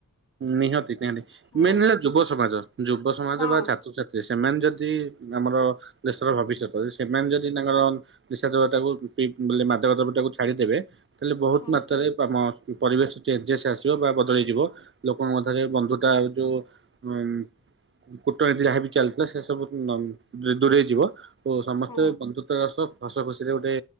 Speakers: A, on the right; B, on the left.
A: ନିହାତି ନିହାତି
B: ହୁଁ
A: ମେନ ହେଲା ଯୁବ ସମାଜ ଯୁବ ସମାଜ
B: ହଁ
A: ବା ଛାତ୍ରଛାତ୍ରୀ ସେମାନେ ଯଦି <unintelligible> ଆମର ଦେଶର ଭବିଷ୍ୟତ ସେମାନେ ଯଦି ତାଙ୍କର ନିଶା ଦେବାଟାକୁ ମାଦକ ଦ୍ରବ୍ୟ ଟାକୁ ଛାଡିଦେବେ ତାଲେ ବହୁତ
B: ହଁ
A: ମାତ୍ରାରେ ଆମ ପରିବେଶ ଚେଞଜସ୍ ଆସିବ ବା ବଦଳେଇଯିବ। ଲୋକଙ୍କ ମତରେ ବନ୍ଧୁତା ଯୋଉ ଉଁ କୂଟନୀତି ଯାହାବ ଚାଲିଥିଲା ସେ ସବୁ ଦୂରେଇ ଯିବ। ଓ ସମସ୍ତେ
B: ହଁ
A: ବନ୍ଧୁତା ର ସହ ହସ ଖୁସିରେ ଗୋଟେ